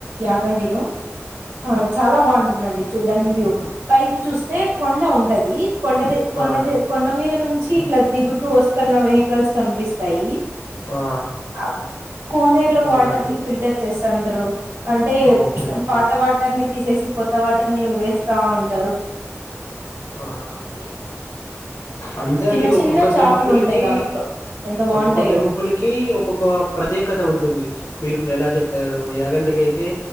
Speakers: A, on the right (about 75°); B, on the left (about 60°).
A: యాగంటిలో ఆ చాలా బాగుంట ది చూడ్డానికి వ్యూ పైకి చూస్తే కొండ ఉంటది కొండది కొండది
B: ఆ!
A: కొండ మీద నుంచి ఇట్లా దిగుతూ వస్తున్న వెహికల్స్ కనిపిస్తాయి
B: ఆ
A: ఆ కోనేరు లో
B: అవునండి.
A: వాటర్ ని ఫిల్టర్ చేస్త అంటారు అంటే
B: ఓకే. ఓకే.
A: పాత వాటర్ ని తీసేసి కొత్త వాటర్ ని వేస్తా ఉంటారు
B: అ అవునండి అంతే
A: చిన్న
B: అండి
A: చిన్న
B: ఒక్కొక్క
A: చేపలు
B: టెంపుల్కి
A: ఉంటాయి దాంట్లో ఎంత బాగుంటాయో
B: ఒక్కొక్క టెంపుల్ కి ఒక్కొక్క ప్రత్యేక ఉంటుంది మీరు ఇప్పుడు ఎలా చెప్పారు ఏయాగంటకియితే